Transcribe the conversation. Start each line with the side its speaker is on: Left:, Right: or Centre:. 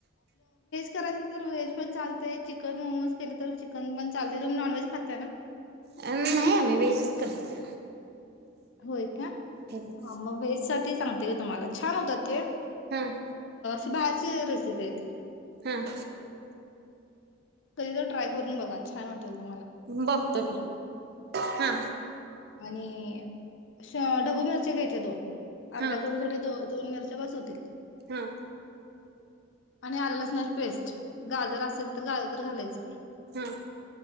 Left: करायच व्हेज पण चालतय चिकन मोमज केल तर चिकन पण चालतंय. तुम्ही नॉनव्हेज खाताय ना?
Right: अ नाही आम्ही व्हेजच करतय
Left: होय का
Right: नाही
Left: मग व्हेज साठी ते सांगते का तुम्हाला छान होतं ते...
Right: हंम
Left: ती बाहेरची रेसिपी आहे ती
Right: हं
Left: कधी तर ट्राय करून बघा छान वा तम्हाल
Right: बघतो की हा
Left: आणि श ढबू मिरचे घ्यायचे दोन
Right: हा
Left: अर्ध्या कोबीसाठीठी दो दोन मिरच्या बस होतील
Right: हा हा
Left: आणि आलं लसणाची पेस्ट गाजर असेल तर गा जर घालायचं
Right: हम